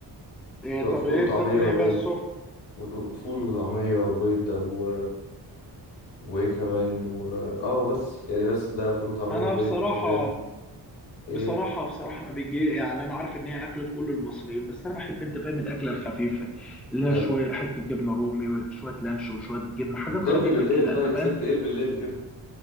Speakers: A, in the centre; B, on the left (about 80°).
A: إيه طب
B: فول
A: ايه
B: وطعميه
A: بتاكل
B: وبيض
A: ايه بقى الصبح
B: فول فول وطعميه وبيض و وايه كمان و... اه بس يعني بس ده فول وطعميه
A: انا
B: وبيض
A: بصراحه
B: بتنجان ايه
A: بصراحه بصراحه ما بيجي يعني انا عارف ان هي اكله كل المصريين بس انا بحب انت فاهم الاكله الخفيفه اللي هي
B: حلو
A: شويه حته جبنه رومي وشويه لانشون وشويه جبنه حاجات
B: دول
A: خفيفه
B: لي بالليل
A: كده
B: طيب
A: انت فاهم
B: سبت ايه بالليل كده